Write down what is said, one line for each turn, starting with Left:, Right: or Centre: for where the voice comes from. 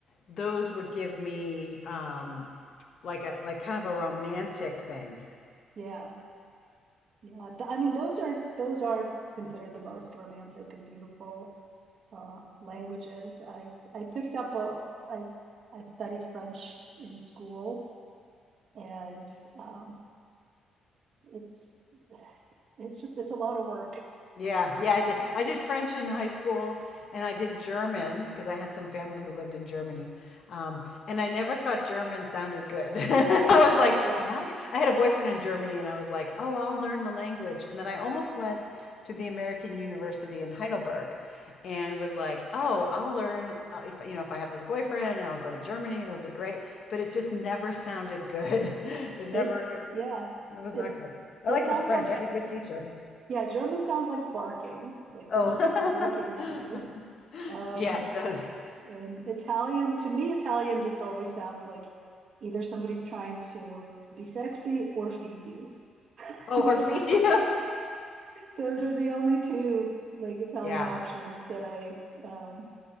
Left: those would give me um, like a like kind of a romantic thing.
Right: Yeah. Yeah, th- I mean, those are those are considered the most romantic and beautiful uh, languages. I I picked up a I I studied French in school, and um, it's it's just it's a lot of work.
Left: Yeah, yeah, I did. I did French in high school, and I did German because I had some family who lived in Germany. Um, and I never thought German sounded good. <laughs> I was like,
Right: Yeah,
Left: why? did-" I had a boyfriend in Germany, and I was like, oh, I'll learn the language. And then I almost went to the American University in Heidelberg, and was like, oh, I'll learn uh, if you know if I have this boyfriend, and I'll go to Germany, and it'll be great. But it just never sounded good. <laughs> It never.
Right: it
Left: It,
Right: yeah
Left: it was
Right: it
Left: not good. I
Right: it
Left: like
Right: sounds
Left: the French.
Right: like
Left: I had a good teacher.
Right: yeah German sounds like barking, like
Left: Oh.
Right: they're just barking at you.
Left: <laughs>
Right: Um,
Left: Yeah, it does.
Right: And Italian, to me, Italian just always sounds like either somebody's trying to be sexy or feed you. <laughs>
Left: Oh,
Right: those
Left: or feed
Right: are
Left: you.
Right: those are the
Left: <laughs>
Right: only two like Italian
Left: Yeah,
Right: options that I um